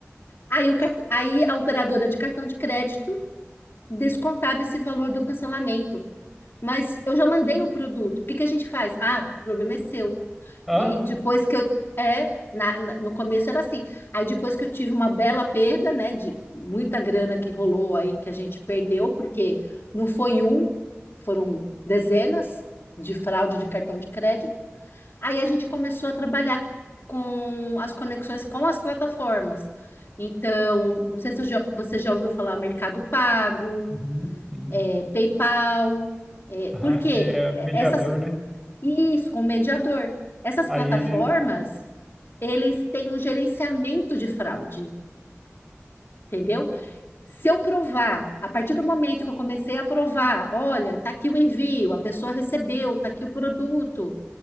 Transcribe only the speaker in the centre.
Ah,
uhum, sim.
Aham,
que é mediador,
né?
Aí,